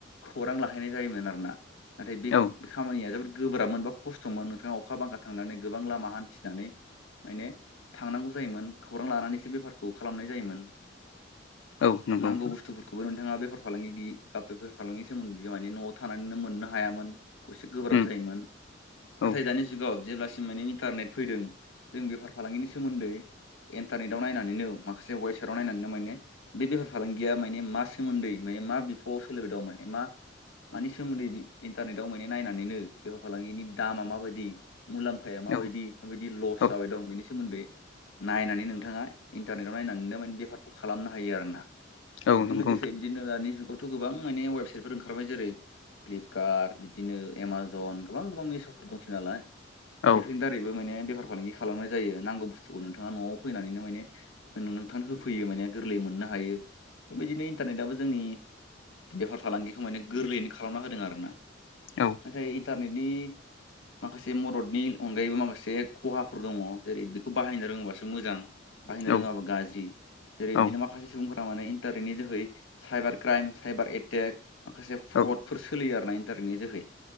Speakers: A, on the left; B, on the left.
A: खौरां लाहैनाय जायोमोन आरोना नाथाय बे
B: औ
A: खामानिया जोबोद गोब्राब मोनबा खस्थ'मोन नोंथाङा अखा बांखा थांनानै गोबां लामा हान्थिनानै माने थांनांगौ जायोमोन खौरां लानानैसो बेफारखौ खालामनाय जायोमोन।
B: औ नंगौ
A: नांगौ
B: नोंथां
A: बुस्थुफोरखौबो नोंथाङा बेफार फालांगि बा बेफार फालांगिनि सोमोन्दै जों माने न'आव थानानैनो मोननो हायामोन एसे गोब्राब
B: उम
A: जायोमोन। नाथाय
B: औ
A: दानि जुगाव जेब्लासिम माने इन्टारनेट फैदों। जों बेफार फालांगिनि सोमोन्दै इन्टारनेटाव नायनानैनो माखासे वेबसाइटआव नायनानैनो माने बे बेफार फालांगिया माने मा सोमोन्दै माय मा बिफ'आव सोलिबाय दं माने मा मानि सोमोन्दै बि इन्टारनेटआव माने नायनानैनो बेफार फालांगिनि दामा माबायदि? मुलाम्फाया माबायदि
B: औ
A: माबायदि लस
B: औ
A: जाबाय दं बेनि सोमोन्दै नायनानै नोंथाङा इन्टारनेटाव नायनानैनो माने बेफारखौ खालामनो हायो आरो ना।
B: औ
A: बेजों
B: नंगौ
A: लोगोसे
B: नोंथां
A: बिदिनो दानि जुगावथ' गोबां माने वेबसाइटफोर ओंखारबाय जेरै फ्लिपकार्ट बिदिनो एमाजन गोबां गोबां मेश'फोर दंसैना लाय
B: औ
A: बेफोरनि दारै बो माने बेका फालांगि खालामनाय जायो नांगौ बुस्थुखौ नोंथाङा न'आव फैनानैनो माने नोंथां होफैयो माने गोरलै मोननो हायो बेबायदिनो इन्टारनेटआबो जोंनि बेफार फालांगिखौ माने गोरलैयैनो खालामना होदों आरोना
B: औ
A: नाथाय इन्टारनेटनि माखासे मददनि अनगायैबो माखासे खहाफोर दङ जेरै बेखौ बाहायनो रोङोबासो मोजां। बाहायनो
B: औ
A: रोङाबा गाज्रि जेरै
B: औ
A: बिदिनो माखासे सुबुंफोरा माने इन्टारनेटनि जोहै साइबार क्राइम साइबार एटेक माखासे फ्रडफोर
B: औ
A: सोलियो आरो ना इन्टरनेटनि जोहै